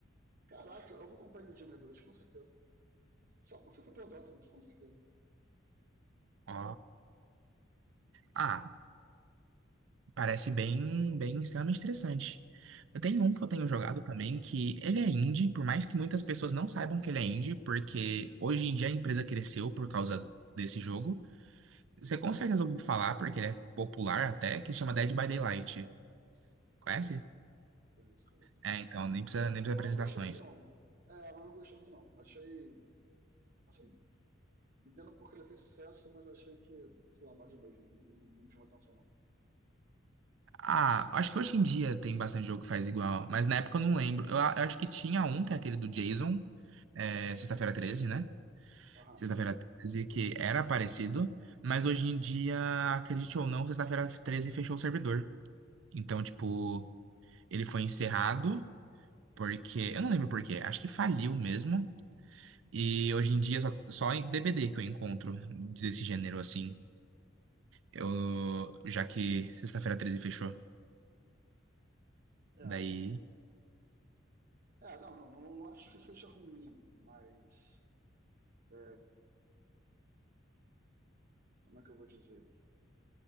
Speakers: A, on the right; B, on the right.
A: Caraca, eu vou comprar Nintendo dois com certeza. Só porque foi pela Dotemu, com certeza.
B: Ó. Ah, Parece bem, bem extremamente interessante. Eu tenho um
A: Sim,
B: que eu tenho jogado também, que ele é indie, por mais que muitas pessoas não saibam que ele é indie, porque hoje em dia a empresa cresceu por causa desse jogo.
A: Hum,
B: Você com certeza ouviu falar, porque ele é popular até, que se chama Dead by Daylight.
A: conheço,
B: Conhece?
A: conheço, conheço.
B: É, então, nem precisa, nem precisa
A: Mas
B: de apresentações.
A: não gostei muito, não. É, mas não gostei muito, não. Achei, assim, entendo porque ele fez sucesso, mas achei que, sei lá, mais do mesmo. Não, não me chamou atenção, não.
B: Ah, acho que hoje em dia tem bastante jogo que faz igual, mas na época eu não lembro. Eu, a- eu acho que tinha um, que é aquele do Jason, é, Sexta-feira treze né?
A: Aham.
B: Sexta-feira 13, que era parecido, mas hoje em dia, acredite ou não, Sexta-feira 13 fechou o servidor. Então, tipo, ele foi encerrado porque. Eu não lembro por quê, acho que faliu mesmo. E hoje em dia, só, só em DBD que eu encontro desse gênero assim. Eu, já que Sexta-feira 13 fechou.
A: É.
B: Daí.
A: É, não, não, não, não acho que seja ruim, mas. é, como é que eu vou dizer?